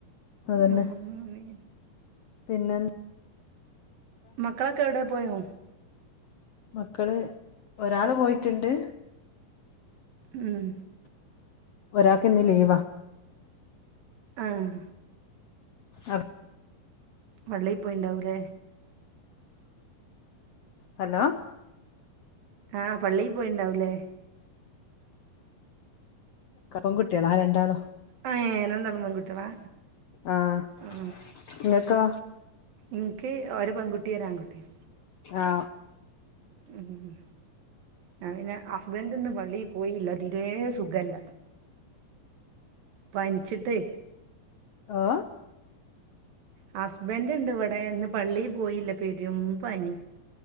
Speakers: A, on the left; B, on the right.
A: അതന്നെ
B: ആഹ് ആമീൻ
A: പിന്നെ
B: മക്കളൊക്കെ എവിടെയാണ് പോയോ
A: മക്കള് ഒരാള് പോയിട്ടുണ്ട്
B: ഉം
A: ഒരാൾക്ക് ഇന്ന് ലീവാ
B: ആഹ്
A: ഭർ
B: പള്ളീ പോയിണ്ടാവൂല്ലേ
A: ഹലോ
B: ആഹ് പള്ളിയിൽ പോയിട്ടുണ്ടാവൂല്ലേ
A: പൺകുട്ടികള ആ രണ്ടാളും
B: ആ ഏ രണ്ടാളും പെൺകുട്ടിളാ
A: ആഹ്
B: ആ
A: നിങ്ങക്കോ
B: ഇന്ക്ക് ഒരു പെൺകുട്ടി ഒരാൺകുട്ടീം
A: ആഹ്
B: ഉം ഉം അത് പിന്നെ ഹസ്ബൻഡ് ഇന്ന് പള്ളിയിൽ പോയില്ല തീരേ സുഖല്ല. പനിച്ചിട്ടേ.
A: ഓ
B: ഹസ്ബൻഡ് ഇണ്ട് ഇവിടെ ഇന്ന് പള്ളിയിൽ പോയില്ല പെരും പനി.